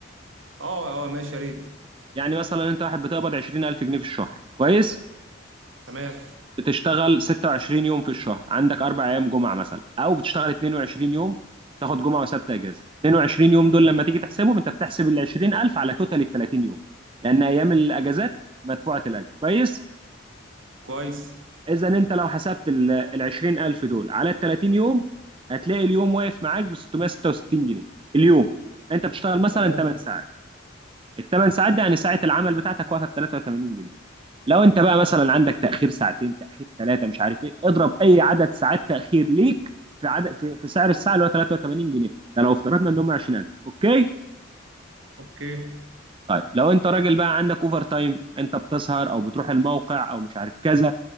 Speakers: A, on the right (about 80°); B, on the right (about 25°).
A: اه اه ماشي يا ريت
B: يعني مثلا انت واحد بتقبض 20000 جنيه في الشهر كويس؟
A: تمام
B: بتشتغل 26 يوم في الشهر عندك اربع ايام جمعه مثلا او بتشتغل 22 يوم تاخد جمعه وسبت اجازه 22 يوم دول لما تيجي تحسبهم انت بتحسب ال 20000 على توتال ال 30 يوم لان ايام الاجازات مدفوعه الاجر كويس؟
A: كويس
B: اذا انت لو حسبت ال 20000 دول على ال 30 يوم هتلاقي اليوم واقف معاك ب 666 جنيه اليوم انت بتشتغل مثلا
A: تمام
B: 8 ساعات ال 8 ساعات دي يعني ساعه العمل بتاعتك واقفه ب 83 جنيه لو انت بقى مثلا عندك تاخير ساعتين تاخير ثلاثه مش عارف ايه اضرب اي عدد ساعات تاخير ليك في عدد في, في سعر الساعه اللي هو 83 جنيه ده لو افترضنا ان هم 20000 اوكي
A: اوكي
B: طيب لو انت راجل بقى عندك اوفر تايم انت بتسهر او بتروح الموقع او مش عارف كذا